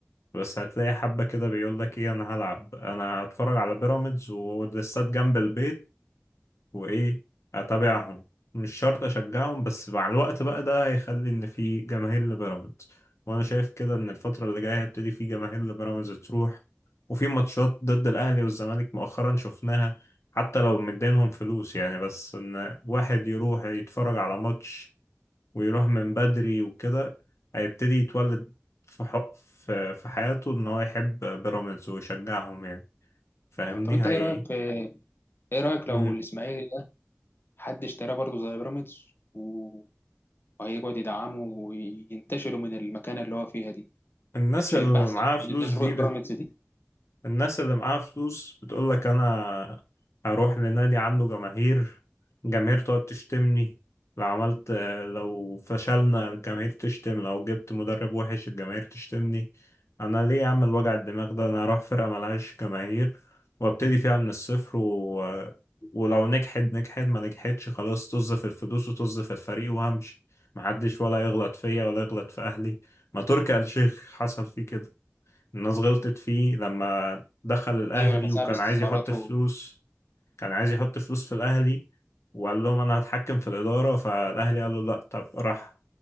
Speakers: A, on the left (about 70°); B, on the left (about 45°).
A: بس هتلاقي حبة كده بيقول لك ايه انا هلعب انا هتفرج على بيراميدز والاستاد جنب البيت وايه اتابعهم مش شرط اشجعهم بس مع الوقت بقى ده هيخلي ان في جماهير لبيراميدز وانا شايف كده ان الفتره اللي جايه هيبتدي في جماهير لبيراميدز تروح وفي ماتشات ضد الاهلي والزمالك مؤخرا شفناها حتى لو مدينهم فلوس يعني بس ان واحد يروح يتفرج على ماتش ويروح من بدري وكده هيبتدي يتولد في ح- في في حياته ان هو يحب بيراميدز ويشجعهم يعني فاهمني
B: آه، طب انت ايه
A: هي
B: رايك في ايه رايك لو
A: مم.
B: الاسماعيلي ده حد اشتراه برضو زي بيراميدز و- وهيقعد يدعمه وينتشروا من المكانه اللي هو فيها دي
A: الناس
B: مش
A: اللي
B: هيبقى احسن
A: معاها فلوس
B: من تجربه
A: دي
B: بيراميدز دي
A: الناس اللي معاها فلوس بتقول لك انا هروح لنادي عنده جماهير الجماهير تقعد تشتمني لو عملت لو فشلنا الجماهير تشتم لو جبت مدرب وحش الجماهير تشتمني انا ليه اعمل وجع الدماغ ده انا اروح فرقة ملهاش جماهير وابتدي فيها من الصفر و... ولو نجحت نجحت ما نجحتش خلاص طز في الفلوس وطز في الفريق وهمشي محدش ولا يغلط فيا ولا يغلط في اهلي ما تركي آل الشيخ حصل فيه كده الناس غلطت فيه لما دخل الأهلي
B: ايوه لما سحب
A: وكان
B: استثماراته
A: عايز يحط فلوس كان عايز يحط فلوس في الأهلي وقال لهم أنا هتحكم في الإدارة فالأهلي قال له لأ طب راح